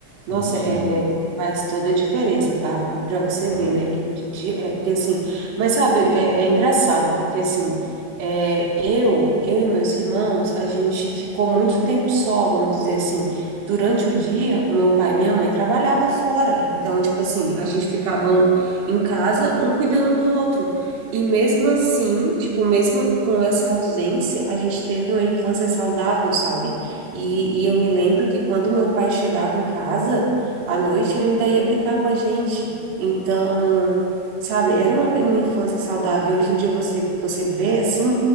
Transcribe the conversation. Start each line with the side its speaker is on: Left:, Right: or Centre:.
Left: Como
Right: Nossa,
Left: possível.
Right: é, faz toda a diferença, tá? Para você
Left: Ah,
Right: ver,
Left: eu
Right: né? Que hoje em dia é porque assim, mas sabe, é, é engraçado, porque assim, é, eu, eu e meus irmãos, a gente ficou muito tempo só, vamos dizer assim. Durante o dia, o meu pai e minha mãe trabalhava fora, então, tipo assim, a gente ficava um- em casa, um cuidando do outro. E mesmo assim, tipo, mesmo com essa ausência, a gente teve uma infância saudável, sabe? E, e eu me lembro que quando meu pai chegava em casa, à noite ele ainda ia brincar com a gente. Então, sabe, era uma, uma infância saudável. E hoje em dia você, você vê, assim,